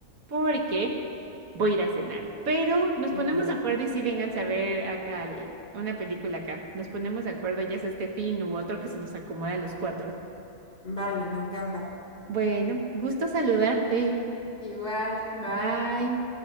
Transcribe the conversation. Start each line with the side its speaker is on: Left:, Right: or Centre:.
Right: porque voy a ir a cenar. Pero nos
Left: Ok.
Right: ponemos de acuerdo y si vengan a ver acá al- una película acá. Nos ponemos de acuerdo, ya sea este fin u otro que se nos acomode a los cuatro.
Left: Vale, me encanta.
Right: Bueno, gusto saludarte.
Left: Igual, bye.
Right: Bye.